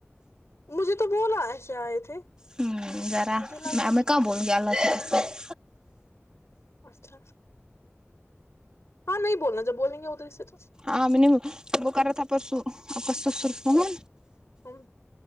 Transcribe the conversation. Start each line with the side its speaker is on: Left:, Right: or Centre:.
Left: مجھے تو بولا ایسے آئے تھے
Right: ہوں ذرا
Left: مجھے لگایا
Right: میں میں کہاں بولوں گی اللہ کی قسم
Left: اچھا ہاں نہیں بولنا جب بولیں گے ادھر سے تو
Right: آ میںب کرار تپسپسسر فون
Left: ہم